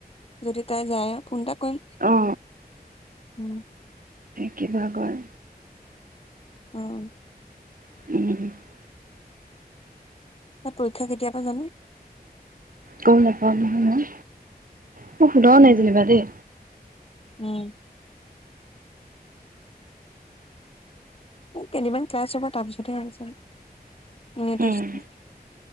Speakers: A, on the left; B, on the right.
A: যদি তাই যায় ফোন এটা কৰিম
B: অ
A: উম
B: কি বা কয়
A: অঁ
B: <inaudible>
A: তাৰ পৰীক্ষা কেতিয়াপৰা জানো?
B: গম নাপাও নহয় মই, মই শুধাও
A: উম,
B: নাই যেনিবা দেই।
A: উম কেইদিনমান ক্লাছ হ'ব তাৰ পিছতহে হ'ব চাগে ইউনি টেষ্ট
B: উম